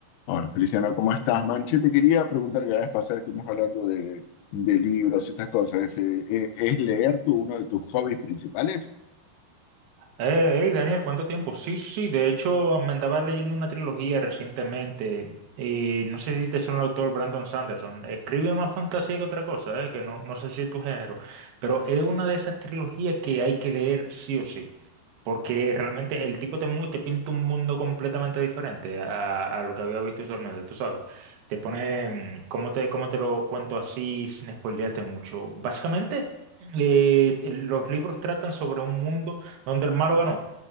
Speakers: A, on the left; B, on the right.
A: Hola, Feliciano, ¿cómo estás, man? Che, te quería preguntar que la vez pasada estuvimos hablando de, de libros y esas cosas. ¿Es, eh, eh, es leer tú uno de tus hobbies principales?
B: Eh, hey, Daniel, ¿cuánto tiempo? Sí, sí, sí, de hecho me andaba leyendo una trilogía recientemente y no sé si te son el autor Brandon Sanderson. Escribe más fantasía que otra cosa, eh, que no, no sé si es tu género, pero es una de esas trilogías que hay que leer sí o sí, porque realmente el tipo te, mu- te pinta un mundo completamente diferente a, a lo que había visto usualmente, tú sabes. Te pone, mm, ¿cómo te, cómo te lo cuento así sin spoilearte mucho? Básicamente, eh, los libros tratan sobre un mundo donde el malo ganó.